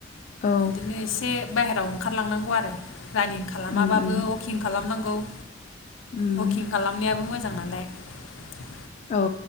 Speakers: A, on the left (about 35°); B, on the left (about 75°).
A: औ
B: बिदिनो एसे बाहेराव ओंखारलांनांगौ आरो रानिं खालामाबाबो
A: उम उम
B: अकिं खालामनांगौ गौ
A: उम
B: बुकिं खालामनायाबो मोजां मोजां नालाय
A: ओ